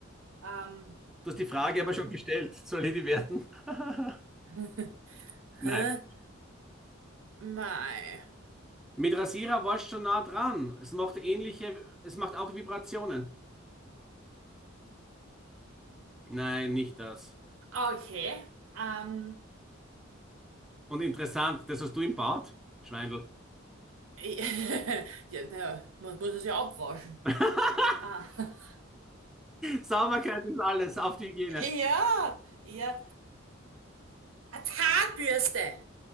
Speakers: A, on the right; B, in the centre.
A: Ähm,
B: Du hast die Frage
A: äh,
B: aber schon gestellt. Soll ich die werten? <laughs>
A: <laughs>
B: Nein.
A: hä? Mei.
B: Mit Rasierer warst schon nah dran. Es macht ähnliche, es macht auch Vibrationen. Nein, nicht das.
A: Okay. Ähm,
B: Und interessant, das hast du im Bad? Schweindel.
A: <laughs> ja, naja, man muss es ja abwaschen.
B: <laughs>
A: Ah. <laughs>
B: Sauberkeit ist alles, auf die Hygiene.
A: Ja, ja. Eine Zahnbürste!